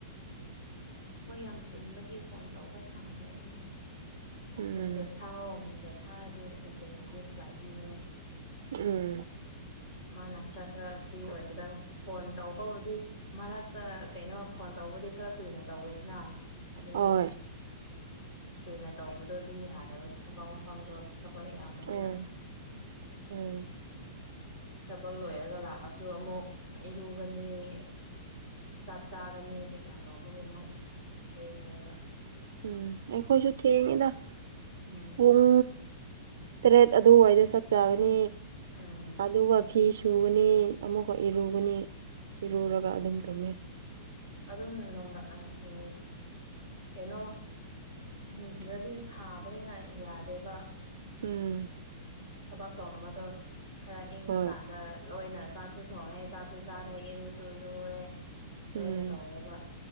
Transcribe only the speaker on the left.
ꯊꯕꯛ ꯌꯥꯝ ꯆꯤꯟꯕꯒꯤ ꯐꯣꯟ ꯇꯧꯕ ꯁꯪꯉꯔꯣꯏ ꯃꯥ
ꯃꯦꯁꯦꯖ ꯊꯥꯑꯣ ꯃꯦꯁꯦꯖ ꯊꯥꯔꯗꯤ ꯃꯁꯦꯖ ꯐꯥꯎꯗꯤ ꯔꯤꯄ꯭ꯂꯥꯏ ꯄꯤꯕꯅꯦ
ꯃꯥꯅ ꯈꯔ ꯈꯔ ꯐ꯭ꯔꯤ ꯑꯣꯏꯕꯗ ꯐꯣꯟ ꯇꯧꯕꯕꯨꯗꯤ ꯃꯔꯛꯇ ꯀꯩꯅꯣ ꯐꯣꯟ ꯇꯧꯕꯗꯤ ꯈꯔ ꯀꯨꯏꯅ ꯇꯧꯋꯦꯗꯅ ꯑꯗꯨꯒꯤ
ꯀꯨꯏꯅ ꯇꯧꯕꯗꯨꯗꯤ ꯌꯥꯗꯕ ꯊꯕꯛ ꯃꯐꯝꯗꯣ ꯊꯕꯛ ꯌꯥꯝꯕꯅꯤꯅ
ꯊꯕꯛ ꯂꯣꯏꯔꯒ ꯂꯥꯛꯑꯁꯨ ꯑꯃꯨꯛ ꯏꯔꯨꯒꯅꯤ ꯑꯁ ꯆꯥꯛ ꯆꯥꯒꯅꯤ ꯀꯩꯀꯥ ꯇꯧꯕꯒꯤ ꯑꯃꯨꯛ ꯊꯦꯡꯉꯦꯕ
ꯎꯝ
ꯎꯝ
ꯎꯝ
ꯑꯗꯨꯅꯦ
ꯑꯗꯨꯝ ꯅꯣꯡꯗꯥ ꯑꯁ ꯀꯩꯅꯣ ꯅꯨꯡꯊꯤꯟꯗꯗꯤ ꯁꯥꯕꯅꯤꯅ ꯌꯥꯗꯦꯕ
ꯊꯕꯛ ꯇꯧꯅꯕꯗꯣ ꯈꯔ ꯏꯪꯉꯀꯥꯟꯗ
ꯂꯣꯏꯅ ꯆꯥꯛ ꯁꯨ ꯊꯣꯡꯉꯦ ꯆꯥꯛꯁꯨ ꯆꯥꯔꯦ ꯏꯔꯨꯁꯨ ꯏꯔꯨꯔꯦ ꯑꯗꯨ
ꯑꯣꯏꯅ ꯇꯧꯋꯦꯕ